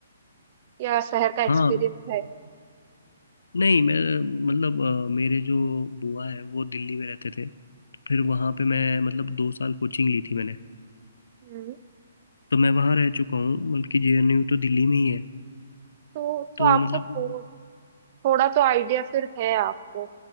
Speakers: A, on the right; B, on the left.
A: या शहर का एक्सपीरियंस
B: हाँ
A: है
B: नहीं मैं मतलब अ, मेरे जो बुआ है वो दिल्ली में रहते थे तो फिर वहाँ पे मैं मतलब दो साल कोचिंग ली थी मैंने
A: हम्म
B: तो मैं वहाँ रह चुका हूँ बल्कि जेएनयू तो दिल्ली में ही है
A: तो तो
B: तो
A: आपको
B: मतलब
A: थोड़ा थोड़ा तो आइडिया फिर है आपको